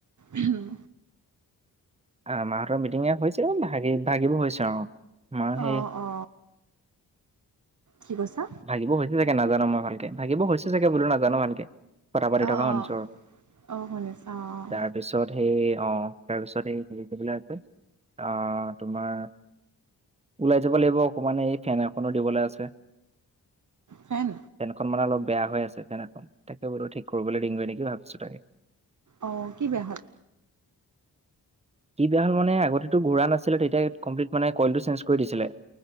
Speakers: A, on the right; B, on the right.
A: উ হম।
B: অ মাহঁতৰ মিটিঙে হৈছে ভাগি ভাগিব হৈছে আৰু। মই সেই
A: অ অ। কি কৈছা?
B: ভাগিব হৈছে চাগে নাজানো মই ভালকে ভাগিব হৈছে চাগে বোলো নাজানো ভালকে। কথা পাতি
A: অ'
B: থকা
A: অ'
B: শুনিছোঁ।
A: অ শুনিছা অ।
B: তাৰপিছত সেই অ তাৰপিছত সেই। সেই কৰিবলে আছে অ তোমাৰ। ওলাই যাব লাগিব অকমান এই ফেন এখনো দিবলে আছে।
A: ফেন।
B: ফেনএখন মানে অলপ বেয়া হৈ আছে ফেন এখন তাকে বতো ঠিক কৰিবলৈ দিংগৈ নেকি ভাবিছো তাকে।
A: অ কি বেয়া হ'ল?
B: কি বেয়া হ'ল মানে আগতেতো ঘূৰা নাছিলে তেতিয়া কমপ্লিট মানে কইলটো চেঞ্জ কৰি দিছিলে।